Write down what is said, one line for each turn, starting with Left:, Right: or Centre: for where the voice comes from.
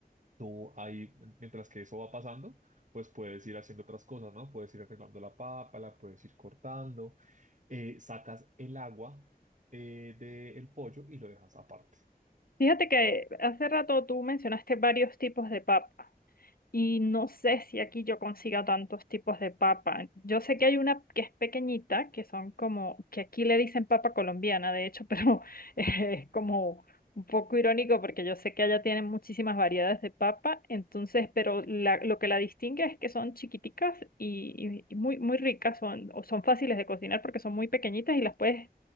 Right: Tú ahí, mientras que eso va pasando, pues puedes ir haciendo otras cosas, ¿no? Puedes ir arreglando la papa, la puedes ir cortando, eh, sacas el agua eh, del pollo y lo dejas aparte.
Left: Fíjate que hace rato tú mencionaste varios tipos de papa. Y no sé si aquí yo consiga tantos tipos de papa. Yo sé que hay una que es pequeñita, que son como, que aquí le dicen papa colombiana, de hecho, <laughs> pero eh, es como un poco irónico porque yo sé que allá tienen muchísimas variedades de papa, entonces, pero la- lo que la distingue es que son chiquiticas y, y- y muy, muy ricas, son, o son fáciles de cocinar porque son muy pequeñitas y las puedes